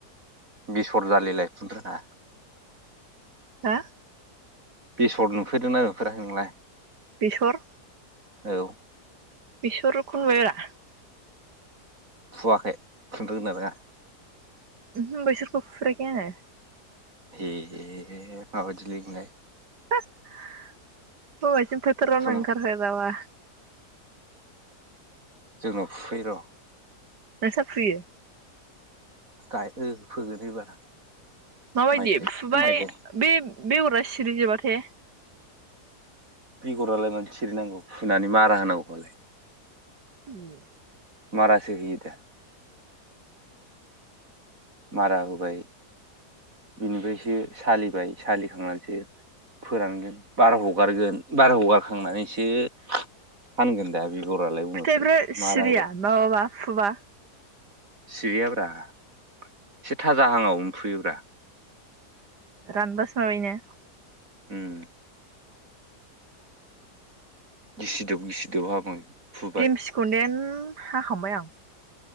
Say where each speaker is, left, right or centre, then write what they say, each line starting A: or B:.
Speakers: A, on the right (about 55°); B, on the right (about 80°).
A: बेसर जालि लाय फुनो रोङा
B: हा
A: बेसर नुफेरदोंना नुफेराखै नोंलाय?
B: बेसर?
A: औ
B: बेसरखौ नुयो रा
A: फुवाखै फुनो रोंगौना रोङा
B: ओमहो बेसरखौ फुफेराखै आङो
A: हे मा बायदिलै‌ नोंलाय
B: हो होनबायसिनो फोथारावनो
A: फुनाव
B: ओंखार फेराबा
A: जोंनाव फुफै र'
B: नोंस्रा फुयो?
A: ओहो फोगोन एबार
B: माबायदि
A: माइ गाय
B: फुबाय
A: माइ गाय
B: बे बेगरा सिरि‌जोबा हे
A: बेगरालाय मानो सिरिनांगौ फुनानै मारा होनांगौखौलाय
B: ए
A: मारासो होयोदा। मारा होबाय बिनिफ्रायसो सालिबाय सालिखांनानैसो फोरानगोन बार हगारगोन बार हगारखांनानैसो फानगोन दा। बेगरालाय उनावसो
B: फिथाइफोरा सिरिया
A: मारा
B: माबाबा फुबा
A: सिरिया ब्रा एसे थाजाहाङाव मोनफुयोब्रा।
B: रानबा साबायनो
A: उम। गिसि दोब गिसि दोब हाबाय। फुबाय
B: देमसिखौदेन हाखांबाय आं।